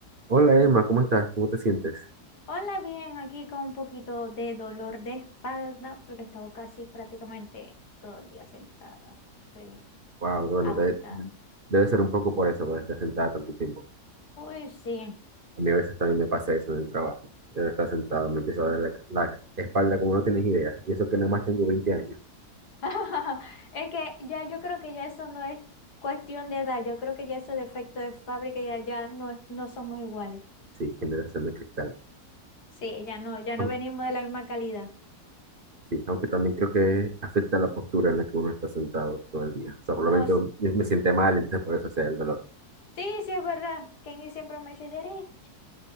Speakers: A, on the right; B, on the left.
A: Hola Emma, ¿cómo estás? ¿Cómo te sientes?
B: Hola, bien, aquí con un poquito de dolor de espalda porque he estado casi prácticamente todo el día sentada. Estoy
A: Wow, bueno,
B: agotada.
A: debe, debe ser un poco por eso, por estar sentada tanto tiempo.
B: Uy, sí.
A: A mí a veces también me pasa eso en el trabajo. Debe estar sentado, me empieza a doler la, la espalda como no tienes idea. Y eso que nada más tengo veinte años.
B: <laughs> Es que ya yo creo que ya eso no es cuestión de edad, yo creo que ya ese defecto de fábrica ya, ya no, es- no somos iguales.
A: Sí, generación de cristal.
B: Sí, ya no, ya no
A: Aun-
B: venimos de la misma calidad.
A: Sí, aunque también creo que afecta la postura en la que uno está sentado todo el día. O sea, probablemente
B: Nos,
A: un- me me siente mal, entonces por eso sea el dolor.
B: sí, sí, es verdad. Kenny siempre me dice, Derek,